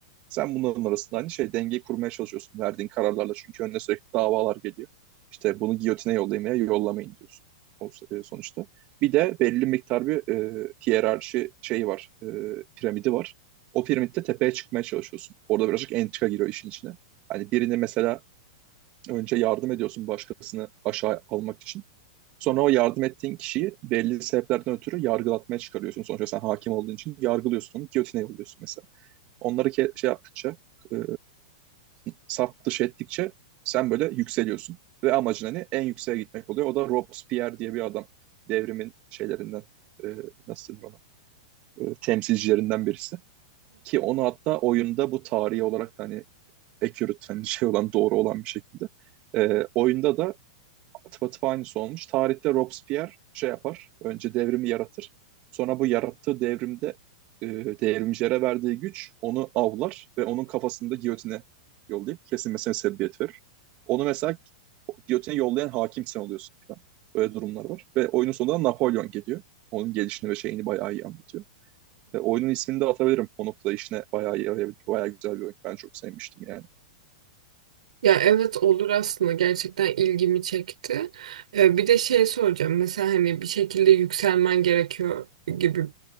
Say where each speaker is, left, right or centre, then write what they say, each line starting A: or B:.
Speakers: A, on the right; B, on the right.
A: Sen bunların arasında hani şey dengeyi kurmaya çalışıyorsun verdiğin kararlarla çünkü önüne sürekli davalar geliyor. İşte bunu giyotine yollayın veya yollamayın diyorsun o, e, sonuçta. Bir de belli miktar bir e, hiyerarşi şeyi var, e, piramidi var. O piramitte tepeye çıkmaya çalışıyorsun. Orada birazcık entrika giriyor işin içine. Hani birini mesela önce yardım ediyorsun başkasını aşağı almak için. Sonra o yardım ettiğin kişiyi belli sebeplerden ötürü yargılatmaya çıkarıyorsun. Sonuçta sen hakim olduğun için yargılıyorsun onu, giyotine yolluyorsun mesela. Onları ke- şey yaptıkça, e, saf dışı ettikçe sen böyle yükseliyorsun. Ve amacın hani en yükseğe gitmek oluyor. O da Robespierre diye bir adam. Devrimin şeylerinden, e, nasıl denir ona, E, temsilcilerinden birisi. Ki onu hatta oyunda bu tarihi olarak da hani accurate, hani şey olan, doğru olan bir şekilde. E, oyunda da atıp atıp aynısı olmuş. Tarihte Robespierre şey yapar. Önce devrimi yaratır. Sonra bu yarattığı devrimde e, devrimcilere verdiği güç onu avlar ve onun kafasında giyotine yollayıp kesilmesine sebebiyet verir. Onu mesela giyotine yollayan hakim sen oluyorsun falan. Öyle durumlar var. Ve oyunun sonunda Napolyon geliyor. Onun gelişini ve şeyini bayağı iyi anlatıyor. Ve oyunun ismini de atabilirim. O noktada işine bayağı iyi yarayabilir. Bayağı güzel bir oyun. Ben çok sevmiştim yani.
B: Ya evet olur aslında gerçekten ilgimi çekti. Ee, bir de şey soracağım. Mesela hani bir şekilde yükselmen gerekiyor gibi